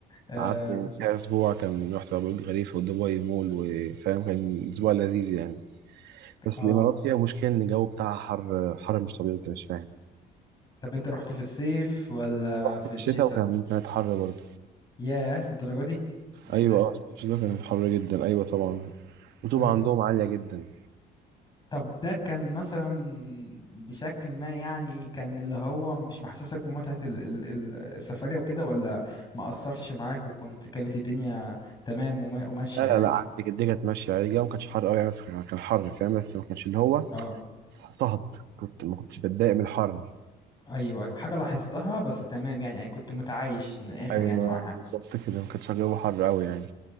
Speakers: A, on the left (about 25°); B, on the right (about 75°).
A: آم،
B: قعدت فيها أسبوع كان رحت أبو الخليفة ودبي مول وفاهم كان أسبوع لذيذ يعني بس
A: اه
B: الإمارات فيها مشكلة إن الجو بتاعها حر حر مش طبيعي أنت مش فاهم
A: طب انت رحت في الصيف ولا
B: رحت
A: في
B: في
A: الشتاء
B: الشتاء وكان كانت حر برضه
A: ياه للدرجة دي ده
B: أيوة
A: ايه ده
B: اه في الشتاء كانت حر جدا أيوة طبعا الرطوبة
A: مم.
B: عندهم عالية جدا
A: طب ده كان مثلا بشكل ما يعني كان اللي هو مش محسسك بمتعة ال- ال- ال- السفرية وكده ولا ما أثرش معاك وكنت كانت الدنيا تمام وما- وماشية
B: لا
A: يعني
B: لا لا قعدت كده كانت ماشية عادي الجو ما كانش حر أوي يعني بس كان كان حر فاهم بس ما كانش اللي هو
A: اه
B: صهد كنت ما كنتش بتضايق من الحر
A: ايوه ايوه حاجة لاحظتها بس تمام يعني كنت متعايش من الآخر
B: أيوة
A: يعني معاها
B: بالظبط كده ما كانش الجو حر أوي يعني